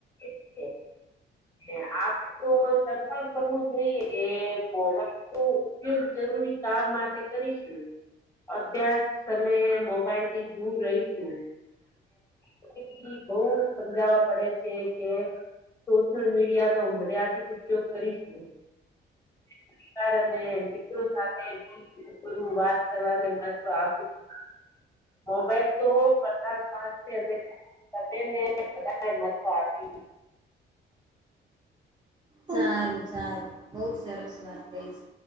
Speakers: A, on the left (about 15°); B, on the right (about 20°).
A: <unintelligible> આપે તો સંકલ્પ કરવો જોઈએ કે મોબા તો ઉપયોગ જરૂરી કામ માટે કરીશું. અભ્યાસ અને મોબાઈલ થી દૂર રહીશું. <inaudible> બહુ સમજાવા પડે છે. કે સોશિયલ મીડિયા નો મર્યાદિત ઉપયોગ કરીશું. પરિવાર અને મિત્રો સાથેની <unintelligible> હું વાત કરવાને મહત્વ આપું છું. મોબાઈલ તો કરતા સ્વાસ્થ્ય અને તેને વધારે <inaudible> મતો આપી.
B: સારું સારું બઉ સરસ વાત કઈ છે.